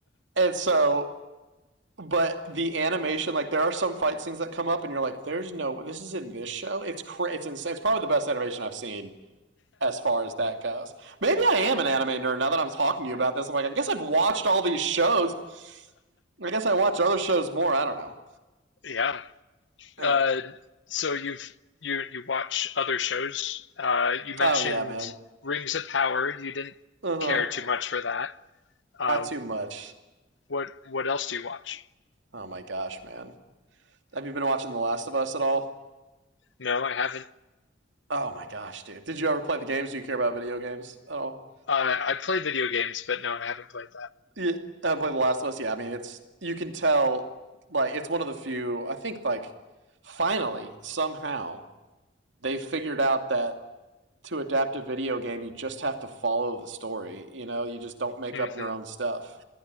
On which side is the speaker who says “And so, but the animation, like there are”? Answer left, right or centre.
Right